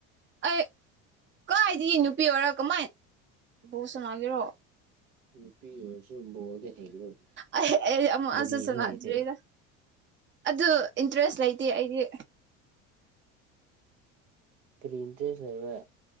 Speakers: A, on the right; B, on the right.
A: ꯑꯩ ꯀꯥꯏꯗꯤ ꯅꯨꯄꯤ ꯑꯣꯏꯔ ꯀꯃꯥꯏ ꯕꯣ ꯁꯅꯥꯒꯤꯔꯣ
B: ꯅꯨꯄꯤ ꯑꯣꯏꯔꯁꯨ ꯕꯣꯜꯗꯤ ꯍꯩꯒꯗꯕ
A: ꯑꯩ ꯑꯩ ꯑꯃꯨꯛ
B: ꯕꯕꯨꯣꯂꯤꯁꯨ
A: ꯑꯁꯨ ꯁꯥꯟꯅꯗ꯭ꯔꯤꯗ
B: ꯍꯩꯇꯦ
A: ꯑꯗꯨ ꯏꯟꯇꯔꯦꯁ ꯂꯩꯇꯦ ꯑꯩꯗꯤ
B: ꯀ꯭ꯔꯤꯟꯦꯁꯅꯦꯕ